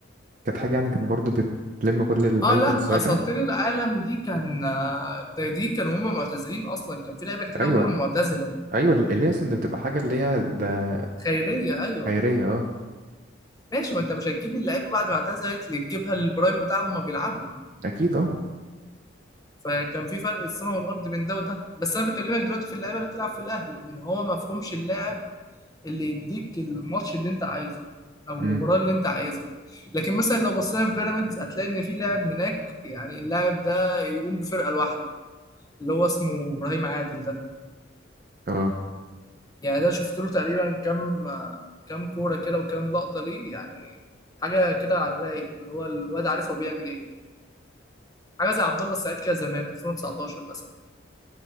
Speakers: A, on the right; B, on the left.
A: كانت حاجه يعني كانت برضه بتلم كل الايكونز
B: اه لا
A: ساعتها
B: اساطير العالم دي كان ده دي كانوا هم معتزلين اصلا كان في لعيبه كتير
A: ايوه
B: قوي منهم معتزله
A: ايوه ال- اللي هي اصلا ده بتبقى حاجه اللي هي ده
B: خيريه ايوه
A: خيريه اه
B: ماشي ما انت مش هتجيب اللعيبه بعد ما اعتزلت اللي تجيبها للبرايم بتاعهم ما بيلعبوا
A: اكيد اه
B: فكان في فرق السماء والارض بين ده وده بس انا بكلمك دلوقتي في اللعيبه اللي بتلعب في الاهلي ان هو ما فهمش اللاعب اللي يديك الماتش اللي انت عايزه او المباراه
A: امم
B: اللي انت عايزها لكن مثلا لو بصينا في بيراميدز هتلاقي ان في لاعب هناك يعني اللاعب ده يقوم بفرقه لوحده اللي هو اسمه ابراهيم عادل ده
A: اه
B: يعني ده شفت له تقريبا كام كام كوره كده وكام لقطه ليه يعني حاجه كده على الرايق اللي هو الواد عارف هو بيعمل ايه حاجه زي عبد الله السعيد كده زمان 2019 مثلا